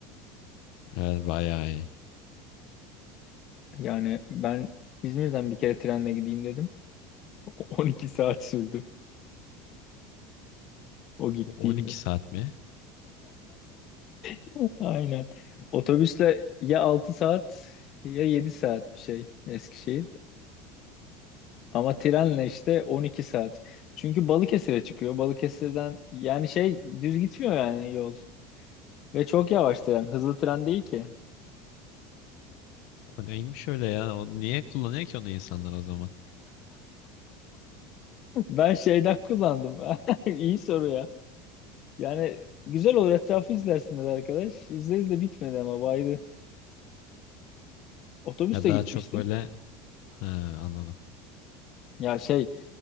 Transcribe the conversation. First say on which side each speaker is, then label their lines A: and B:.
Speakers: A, on the left (about 70°); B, on the left (about 50°).
A: Evet bayağı iyi.
B: Yani ben İzmir'den bir kere trenle gideyim dedim. <laughs> 12 saat sürdü o gittiğimde.
A: O- 12 saat mi?
B: <laughs> Aynen. Otobüsle ya 6 saat ya 7 saat bir şey Eskişehir. Ama trenle işte 12 saat. Çünkü Balıkesir'e çıkıyor. Balıkesir'den yani şey düz gitmiyor yani yol. Ve çok yavaş tren. Hızlı tren değil ki.
A: O neymiş öyle ya? O niye kullanıyor ki onu insanlar o zaman?
B: Ben şeyden kullandım. <laughs> İyi soru ya. Yani güzel olur etrafı izlersiniz arkadaş. İzle izle bitmedi ama baydı. Otobüste
A: Ya daha
B: gitmiştim.
A: çok böyle ha, anladım.
B: Ya şey